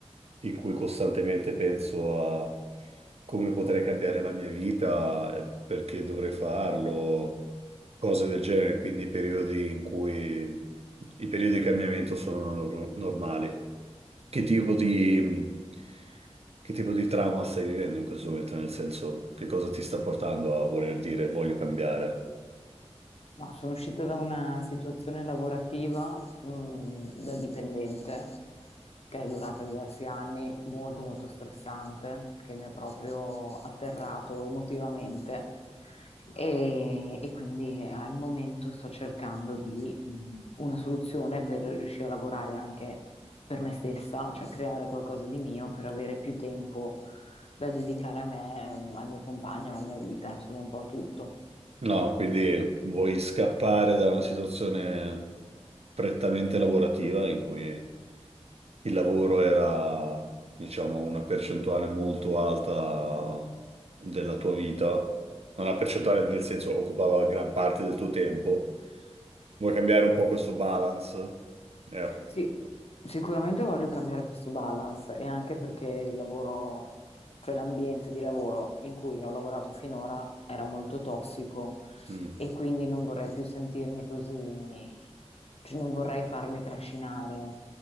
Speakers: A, on the right (about 65°); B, on the left (about 60°).
A: in cui costantemente penso a come potrei cambiare la mia vita, eh, perché dovrei farlo, cose del genere, quindi periodi in cui i periodi di cambiamento sono nor- normali. Che tipo di, che tipo di trauma stai vivendo in questo momento? Nel senso, che cosa ti sta portando a voler dire voglio cambiare?
B: Ma sono uscita da una situazione lavorativa, mh, da dipendente che è durata diversi anni, molto molto stressante, che mi ha proprio atterrato emotivamente. E, e quindi eh, al momento sto cercando di mh, una soluzione per riuscire a lavorare anche per me stessa, cioè creare qualcosa di mio per avere più tempo da dedicare a me, mh, al mio compagno, alla mia vita, insomma un po' a tutto.
A: No, quindi vuoi scappare da una situazione prettamente lavorativa in cui il lavoro era, diciamo, una percentuale molto alta della tua vita, una percentuale nel senso occupava gran parte del tuo tempo. Vuoi cambiare un po' questo balance? Eh,
B: Sì, sicuramente voglio cambiare questo balance e anche perché il lavoro, cioè l'ambiente di lavoro in cui ho lavorato finora era molto tossico
A: mm,
B: e quindi non vorrei più sentirmi così, cioè non vorrei farmi trascinare